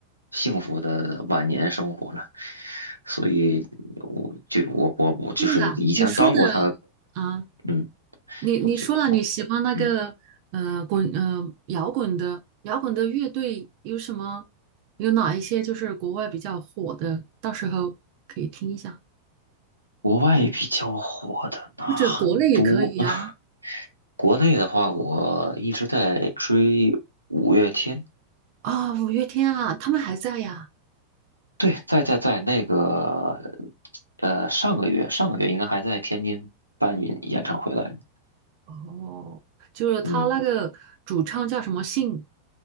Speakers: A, on the right (about 80°); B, on the right (about 45°).
A: 幸福的晚年生活了。所以我就我我我就是以前当过他
B: 对了，你说的啊，
A: 嗯，
B: 你你说了你喜欢那个呃滚呃摇滚的摇滚的乐队有什么？
A: 我就我嗯，
B: 有哪一些就是国外比较火的？到时候你想，
A: 国外比较火的那很多，
B: 或者国内也可以啊。
A: <laughs> 国内的话，我一直在追五月天。
B: 啊、五月天啊，他们还在呀。
A: 对，在在在那个，呃，上个月上个月应该还在天津办演演唱会来着。
B: 哦，就是他那个主唱叫什么信？
A: 嗯，